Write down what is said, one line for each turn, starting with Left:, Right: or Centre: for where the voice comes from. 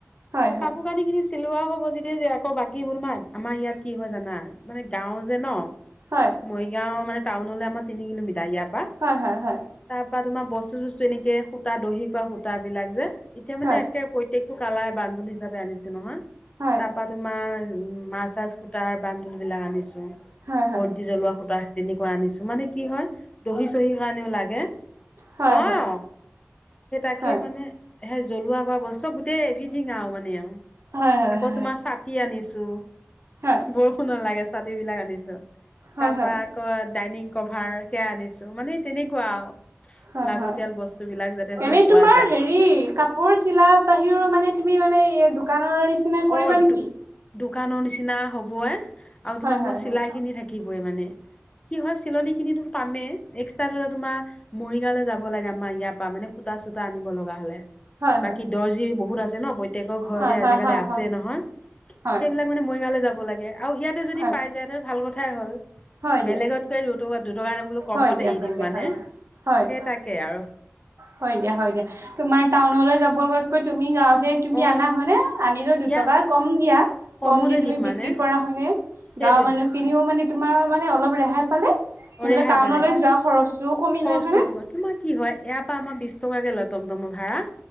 Right: হয়
Left: অ
Right: হয়
Left: কাপোৰ কানি কিনিছিল ছিলোৱা হ'ব যদি আকৌ বাকীবোৰ নাই আমাৰ ইয়াত কি হয় জানা মানে গাঁও যে ন
Right: হয়
Left: মৰিগাঁও মানে টাউনলে আমাৰ তিনি কিলোমিটাৰ ইয়াৰ পৰা
Right: হয়, হয়, হয়,
Left: তাৰ পৰা তোমাৰ বস্তু চস্তু এনেকে সূতা দহি খোৱা সুতা বিলাক যে এতিয়া মানে
Right: হয়
Left: একে প্ৰত্য়েক টো কালাৰ বান্দুল হিচাপে আনিছেো নহয়
Right: হয়
Left: তাৰপা তোমাৰ উম মাছ চাছ কুতাৰ বান্দো বিলাক আনিছে।
Right: হয় হয়
Left: বন্তি জ্বলোৱা সূতা তেনেকুৱা আনিছো মানে কি দহি চহি কাৰণেও লাগে।
Right: হয়
Left: আহ
Right: হয়
Left: সেই তাকে
Right: হয়
Left: মানে হেই জ্বলোৱা কৰা বস্ত চব গোটেই এভ্ৰিথিং আৰু মানে আৰু,
Right: হয় হয় হয় হয়
Left: আকৌ তোমাৰ ছাতি আনিছো।
Right: হয়
Left: বৰষুণত লাগে চাতি বিলাক আনিছো।
Right: হয়
Left: তাৰ
Right: হয়
Left: পৰা আকৌ ডাইনিং কভাৰ সেয়া আনিছো মানে তেনেকুৱা আৰু
Right: হয়
Left: লাগতিয়াল
Right: হয়
Left: বস্তু বিলাক যাতে ধৰি
Right: এনেই
Left: লওক
Right: তোমাৰ
Left: পোৱা যায়।
Right: হেৰি, কাপোৰ চিলা বাহিৰ মানে তুমি মানে এই দোকানৰ নিচিনাই কৰিবা
Left: অ
Right: নেকি?
Left: দো দোকানৰ নিচিনা হ'বই আৰু
Right: হয়
Left: তোমাৰ
Right: হয়
Left: মোৰ চিলাই
Right: হয়
Left: খিনি থাকিবই মানে, কি হয় চিলনী খিনি তোৰ কামেই লে তোমাৰ মৰিগাঁওলৈ যাব লাগে আমাৰ ইয়াৰ পৰা মানে সূতা চূতা আনিব লগা হ'লে।
Right: হয়
Left: বাকী দৰ্জি বহুত আছে ন প্ৰত্যেকৰ ঘৰতে
Right: হয় হয়
Left: আজিকালি
Right: হয় হয়
Left: আছে।
Right: হয়
Left: ছে নহয়
Right: হয়
Left: সেইবিলাক
Right: হয়
Left: মানে মৰিগাৱলে যাব লাগে আৰু ইয়াতে যদি
Right: হয়
Left: পাই যায় তেনে ভাল কথাই হ'ল।
Right: হয়
Left: বেলেগতকে
Right: দিয়া
Left: ৰু দুটকা এটা বোলো কমত
Right: হয় দিয়া
Left: এৰি
Right: হয়
Left: দিম
Right: দিয়া
Left: মানে,
Right: হয় দিয়া হয়
Left: সেই তাকে আৰু।
Right: হয় দিয়া, হয় দিয়া, তোমাৰ টাউনলৈ যাব লগাতকৈ তুমি গাৱ যে তুমি
Left: অ
Right: আনা হয়নে? আনিলৈ দুটকা
Left: ইয়া
Right: কম দিয়া,
Left: কমতে
Right: কম দি তুমি
Left: দিম
Right: বিক্ৰী
Left: মানে
Right: কৰা, হয়নে?
Left: সেইটোৱে
Right: গাঁৱৰ মানুহখিনিও মানে তোমাৰ মানে অলপ ৰেহাই পালে। এইফালে
Left: অহ ৰেহাই
Right: টাউনলৈ
Left: পালে
Right: যোৱা খৰচটোও কমিলে
Left: খৰচটো
Right: হয়নে
Left: কৰ তোমাৰ কি হয় ইয়াৰ পৰা আমাৰ অ' বিশ টকা কে লয় তম তমৰ ভাড়া,